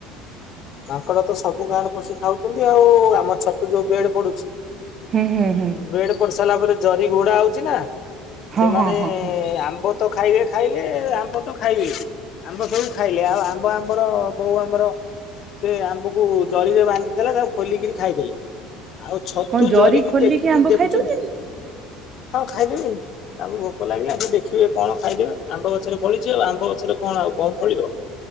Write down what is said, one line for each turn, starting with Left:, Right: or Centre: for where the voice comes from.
Left: ମାଙ୍କଡ ତ ସବୁ ଗାଁରେ ପସି ଖାଉଛନ୍ତି ଆଉ ଆମ ଛତୁ ଯୋଉ ବେଡ ପଡୁଛି
Right: ହୁଁ ହୁଁ ହୁଁ
Left: ବେଡ ପଡି ସାରିଲା ପରେ ଜରି ଘୋଡା ହଉଛି ନା।
Right: ହଁ
Left: ସେମାନେ
Right: ହଁ ହଁ ହଁ।
Left: ଆମ୍ବ ତ ଖାଇବେ ଖାଇଲେ ଆମ୍ବ ତ ଖାଇବେ। ଆମ୍ବ ସବୁ ଖାଇଲେ ଆଉ ଆମ୍ବ ଆମର ବୋଉ ଆମର ସେ ଆମ୍ବକୁ ଜରିରେ ବାନ୍ଧିଥିଲା ତାକୁ ଖୋଲିକିରି ଖାଇଦେଲେ। ଆଉ ଛତୁ
Right: କଣ ଜରି
Left: ଜରିକି
Right: ଖୋଲିକି
Left: ଟେକିକି
Right: ଆମ୍ବ
Left: ଦେଖୁଛନ୍ତି
Right: ଖାଇଦଉଛନ୍ତି?
Left: ହଁ ଖାଇଦେବେ ଆଉ। ତାଙ୍କୁ ଭୋକ ଲାଗିଲା ସେ ଦେଖିବେ କଣ ଖାଇଦେବେ ଆମ୍ବ ଗଛରେ ପଳିଛି ଆଉ ଆମ୍ବ ଗଛରେ କଣ ଆଉ ବମ୍ ଫଳିବ।